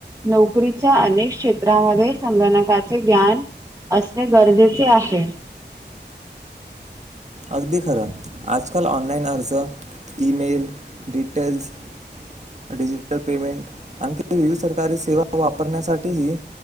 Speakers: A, on the right (about 15°); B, on the right (about 40°).
A: नोकरी अनेक क्षेत्रामध्ये संगणकाचे ग्यान असणे गरजेचे आहे
B: अगदी खरं आजकाल ऑनलाइन अर्ज ईमेल डिटेल्स डिजिटल पेमेंट आणखी विविध सरकारी सेवा वापरण्यासाठीही